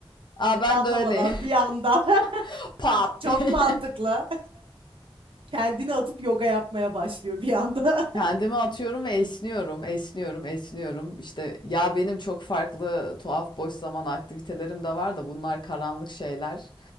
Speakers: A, on the left (about 50°); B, on the right (about 65°).
A: Aa ben
B: anlamadan
A: de öyle
B: bir anda
A: <laughs> pat
B: <laughs> çok
A: diye.
B: mantıklı kendini atıp yoga yapmaya başlıyor bir anda
A: Kendimi atıyorum ve esniyorum, esniyorum, esniyorum. İşte ya benim çok farklı tuhaf boş zaman aktivitelerim de var da bunlar karanlık şeyler.